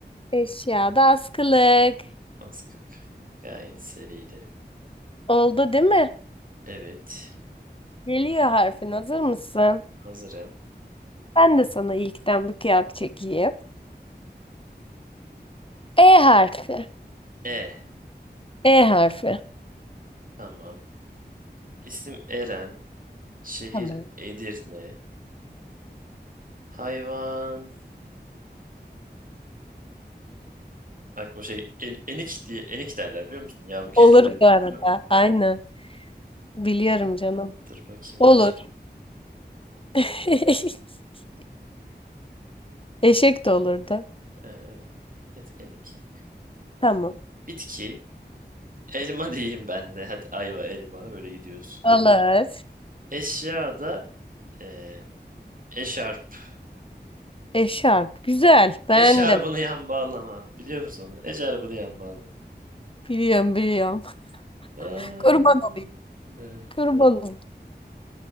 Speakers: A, on the left; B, on the right.
A: Eşyada askılık.
B: az Askık. Gayet seriydi.
A: Oldu değil mi?
B: Evet.
A: Geliyor harfin. Hazır mısın?
B: Hazırım.
A: Ben de sana ilkten bir kıyak çekeyim. E harfi.
B: E.
A: E harfi.
B: Tamam. İsim Eren. Şehir
A: Tamam.
B: Edirne. Hayvan. Aklıma şey en, enik diye enik derler biliyor musun yavru kediler.
A: Olur bu arada.
B: <laughs>
A: Aynen. Biliyorum
B: Ee,
A: canım.
B: dur bakayım
A: Olur.
B: başka.
A: <laughs> Eşek de olurdu.
B: Ee, evet. Evet enik.
A: Tamam.
B: Bitki. Elma diyeyim ben de. Hadi ayva elma böyle gidiyoruz.
A: Olur.
B: Eşya da ee, eşarp.
A: Eşarp. Güzel. Beğendim.
B: Eşarbını yan bağlama. Biliyor musun? onu? Eşarbını yan bağlama.
A: Biliyorum biliyorum.
B: Aa,
A: <laughs> Kurban olayım.
B: ne?
A: Kurban olayım.